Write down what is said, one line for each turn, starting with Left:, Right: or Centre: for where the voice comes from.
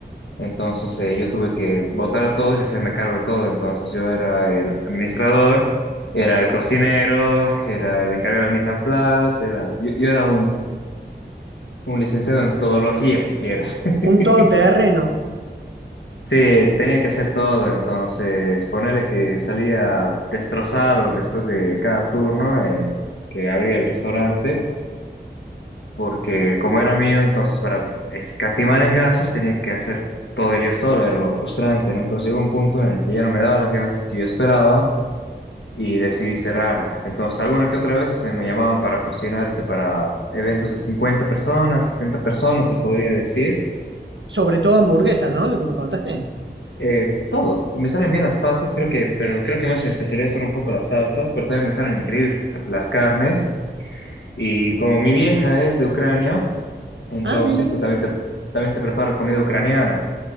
Left: Entonces eh, yo tuve que votar a todos y hacerme cargo de todo. Entonces yo era el administrador, era el cocinero, era el encargado del mise en place, era, yo, yo era un licenciado en todología, si quieres. <laughs>
Right: Un todoterreno,
Left: Sí, tenía que hacer todo, entonces ponele que salía destrozado después de cada turno eh, que abría el restaurante, porque como era mío, entonces para escatimar en gastos tenía que hacer todo yo solo, era lo frustrante, ¿no? Entonces llegó un punto en el que ya no me daba las ganancias que yo esperaba y decidí cerrarlo. Entonces alguna que otra vez se me llamaban para cocinar este para eventos de 50 personas, 70 personas, se podría decir
Right: sobre todo hamburguesas, ¿no? Lo que me contaste.
Left: Eh, todo. Me salen bien las pastas, creo que, pero creo que más mi especialidad son un poco las salsas, pero también me salen increíbles las las carnes. Y como mi vieja es de Ucrania, entonces
Right: Ah, mira,
Left: eh, también te, también te preparo comida ucraniana.